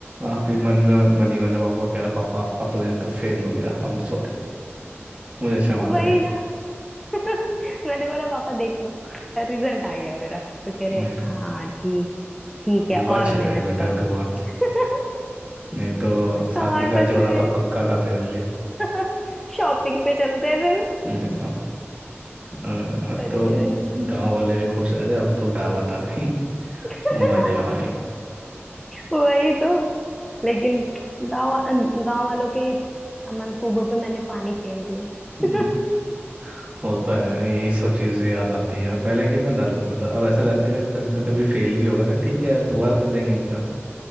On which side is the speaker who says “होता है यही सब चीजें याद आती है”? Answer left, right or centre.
Right